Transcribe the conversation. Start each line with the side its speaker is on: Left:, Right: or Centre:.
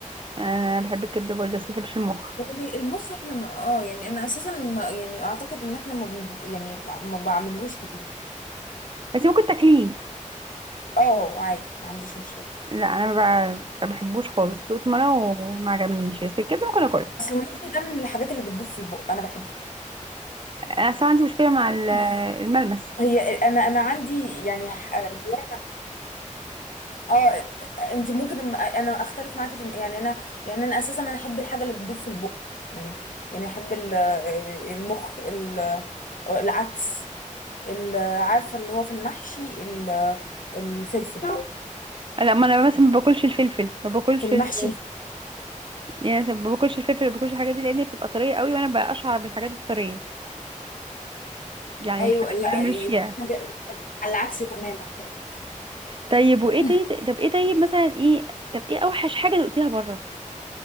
Right: انا بحب الكبده برضه بس ما بحبش المخ
Left: لكن المخ احنا ما اه يعني انا اساسا ما يعني اعتقد ان احنا ما بنب... يعني ما ما بعملهوش كتير
Right: بس ممكن تاكليه
Left: اه عادي ما عنديش مشكله
Right: لا انا ما ب- ما بحبوش خالص دوت مره وما عجبنيش بس الكبده ممكن اكلها
Left: اصل المخ ده من الحاجات اللي بتدوب في البق انا بحبه
Right: انا اصلا عندي مشكله مع ال-
Left: <laughs>
Right: الملمس
Left: هي انا انا عندي يعني ح- هواية- اه انت ممكن انا اختلف معاكي في الم- يعني انا يعني انا اساسا انا احب الحاجه اللي بتدوب في البق يعني يعني احب ال- المخ ال- العدس ال- عارفه اللي هو في المحشي ال- الفلفل
Right: لا ما انا مثلا ما باكلش الفلفل ما باكلش
Left: في المحشي
Right: ال...
Left: الفلفل.
Right: يعني مثلا ما باكلش الفلفل ما باكلش الحاجات دي لان هي بتبقى طريه قوي وانا بقى اشعر بالحاجات الطريه يعني
Left: ايوه
Right: الحاجات
Left: لا
Right: الطريه
Left: احنا
Right: ماليش فيها
Left: جا- على العكس تماما تقريبا
Right: طيب وايه
Left: <laughs>
Right: تاني طب ايه طيب مثلا ايه طب ايه اوحش حاجه دقتيها بره